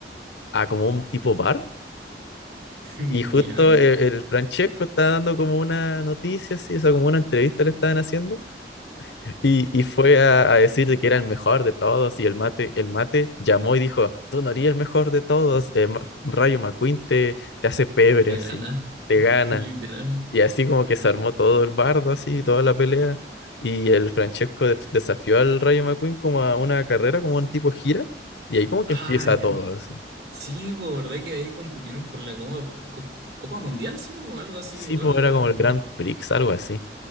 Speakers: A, on the left; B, on the right.
A: a como un tipo bar.
B: <laughs>
A: Y justo
B: Ya,
A: el, el Francesco estaba dando como una noticia, así, o sea, como una entrevista le estaban haciendo. Y, y fue a, a decir que era el mejor de todos y el mate, el mate llamó y dijo, tú no eres el mejor de todos, eh, Ma- Rayo McQueen te, te hace pebre
B: te
A: así,
B: gana,
A: te gana.
B: literal.
A: Y así como que se armó todo el bardo así, toda la pelea. Y el Francesco def- desafió al Rayo McQueen como a una carrera, como un tipo gira. Y ahí como que
B: Ah,
A: empieza
B: ya.
A: todo así.
B: Sí, pues, ¿verdad que ahí compitieron por la Copa, Cop- Copa Mundial, sí? O algo así,
A: Sí,
B: o
A: pues
B: algo
A: era
B: por el
A: como
B: estilo.
A: el Grand Prix, algo así.